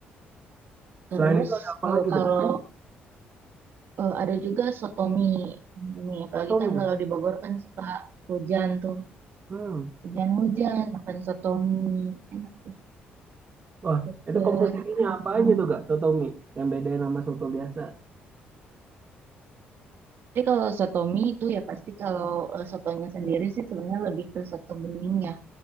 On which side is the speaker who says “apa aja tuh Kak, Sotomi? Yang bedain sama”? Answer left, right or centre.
Right